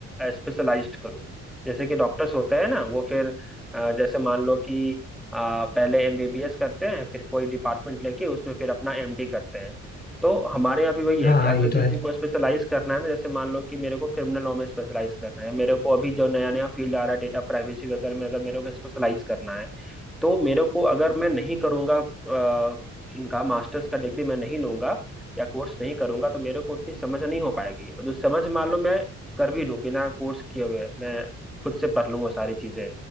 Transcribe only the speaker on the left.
हाँ
हाँ
ये तो
है